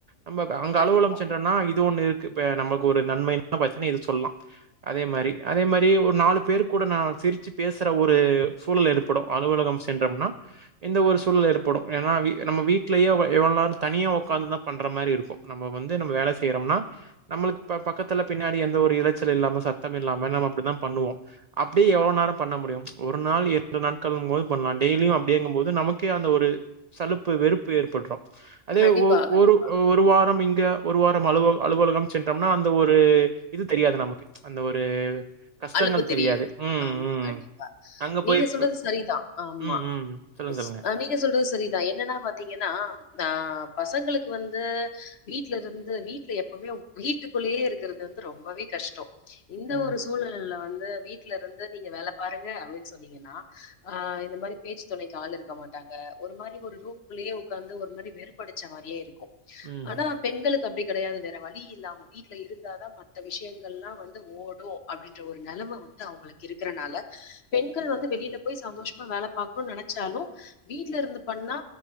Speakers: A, on the right (about 75°); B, on the left (about 60°).
A: நம்ம ப அங்க
B: கண்டிப்பா
A: அலுவலோம் சென்றோன்னா இது ஒண்ணு இர்க்கு நமக்கு ஒரு நன்மைனா பாத்தினா இது சொல்லாம் அதே மாறி அதே மாறி ஒரு நாலு பேர் கூட நா சிரிச்சிப் பேசுற ஒரு சூழல் ஏற்படும் அலுவலகம் சென்றம்னா இந்த ஒரு சூழல் ஏற்படும் ஏன்னா நம்ப வீட்லேயே எவள் நேரோ தனியா ஒக்காந்து தா பண்ற மாறி இருக்கும் நம்ப வந்து நம்ப வேல செய்றோம்னா நம்ளுக் பக்கத்துல பின்னாடி எந்த ஒரு இறைச்சல் இல்லாம சத்தம் இல்லாம நம்ம அப்டிதா பண்ணுவோ அப்டியே எவ்ளோ நேரோ பண்ண முடியும் ஒரு நாள் இரண்டு நாட்கள்ங்போது பண்லாம் டெய்லியும் அப்டியேங்கு போது நமக்கே அந்த ஒரு சலுப்பு வெறுப்பு ஏற்பட்றும் அதே
B: கண்டிப்பா
A: ஒர்
B: கண்டிப்பா
A: ஒர் ஒரு வாரம் இங்க ஒரு வாரம் அலுவலம் அலுவலகம் சென்றம்னா அந்த ஒரு இது தெரியாது நமக்கு அந்த ஒரு கஷ்டங்கள்
B: அழுப்பு தெரியாது
A: ம்,
B: ஆம்மா
A: ம்.
B: கண்டிப்
A: அங்க
B: நீங்க
A: போய் ஃப்
B: சொல்றது சரிதா ஆம்மா
A: ம், ம். சொல்லுங்க,
B: ஸ்
A: சொல்லுங்க.
B: நீங்க சொல்றது சரிதா என்னன்னா பாத்தீங்கன்னா ஆ பசங்களுக்கு வந்து வீட்ல இருந்து வீட்ல எப்பவுமே வீட்டுக்குள்ளேயே இருக்கிறது வந்து ரொம்பவே கஷ்டோ இந்த
A: ம்,
B: ஒருஸ் ல்ல வந்து வீட்டுல இருந்து நீங்க வேல பாருங்க அப்டின் சொன்னீங்கன்னா அ இந்த மாரி பேச்சு துணைக்கு ஆளு இருக்க மாட்டாங்க ஒரு மாரி ஒரு ரூம் குள்ளயே உக்காந்து ஒரு மாரி வெறுப்படுச்ச மாரியே இருக்கு
A: ம்,
B: ஆனா
A: ம்.
B: பெண்களுக்கு அப்டி கிடையாது வேற வழி இல்ல அவுங்க வீட்டுல இருந்தாதா மத்த விஷியங்கள்ளா வந்து ஓடு அப்டின்ற ஓர் நெலம வந்து அவுங்குளுக்கு இருக்குறனால பெண்கள் வந்து வெளியில போய் சந்தோஷமா வேல பாக்கணுன் நெனச்சாலு வீட்ல இருந்து பண்ணா